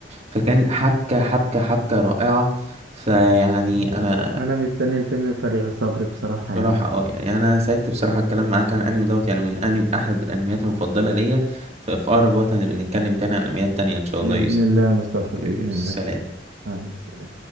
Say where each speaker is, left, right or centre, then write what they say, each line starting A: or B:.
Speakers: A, on the right; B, on the right.
A: فكان حبكة حبكة حبكة رائعة فيعني أنا
B: انا مستني الفيلم بفارغ الصبر بصراحة
A: راح
B: يعني
A: اه يعني أنا سعدت بصراحة الكلام معاك عن الأنمي دوت يعني من أنمي أحد الأنميات المفضلة ليا ففي أقرب وقت هنبقى نتكلم تاني عن أنميات تانية إن شاء
B: بإذن
A: الله يا يوسف
B: الله يا مصطفى بإذن
A: سلام
B: الله حبيبي سلام.